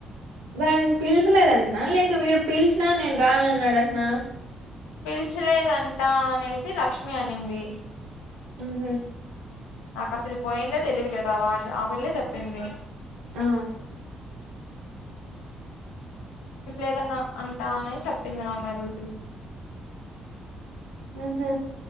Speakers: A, on the right; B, on the left.
A: వాని పిలచలేదంటనా లేక వీడు పిలిచినా నేను రానన్నాడటనా
B: పిల్చలేదంటా అనేసి లక్ష్మి అనింది
A: ఆహ
B: నాకు అసలు పోయిందే తెలిదు కదా వాడు ఆ పిళ్ల్ళ చెప్పింది
A: ఆ
B: ఇట్లేదన్న అంటా అనే చెప్పింది నాకు మరి
A: ఉహ